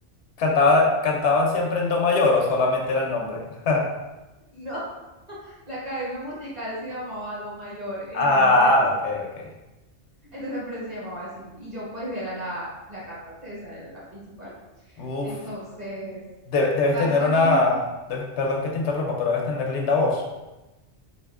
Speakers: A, on the left; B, on the right.
A: Cantaba, ¿cantaban siempre en do mayor o solamente era el nombre? <laughs>
B: no. La academia musical se llamaba Do Mayor, entonces,
A: Ah, ok, ok.
B: entonces por eso se llamaba así. Y yo pues era la, la cantante, esa era la principal.
A: Uf,
B: Entonces,
A: de- debes
B: básicamente,
A: tener una... debes- perdón que te interrumpa, pero debes tener linda voz.